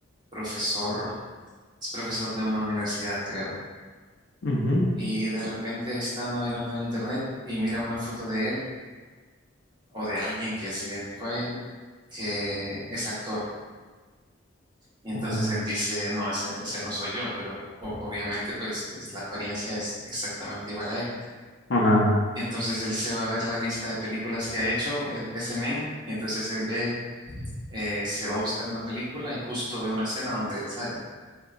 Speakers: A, on the right; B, on the left.
A: profesor, es profesor de una universidad, creo.
B: Ujú.
A: Y de repente está navegando en internet y mira una foto de él o de alguien que es idéntico a él, que es actor. Y entonces
B: Mm,
A: él dice, no, ese, ese no soy yo, pero o- obviamente pues es- la apariencia es exactamente igual a él.
B: Ajá,
A: Entonces él se va a ver la lista de películas que ha hecho el, ese men, y entonces él ve, eh, se va a buscar una película y justo ve una escena donde él sale.